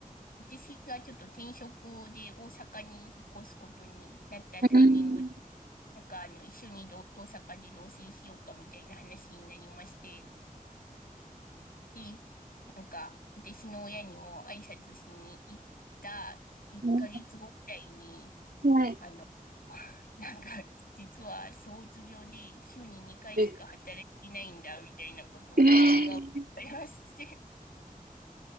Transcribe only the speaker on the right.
うん。
うんはい。
ええー。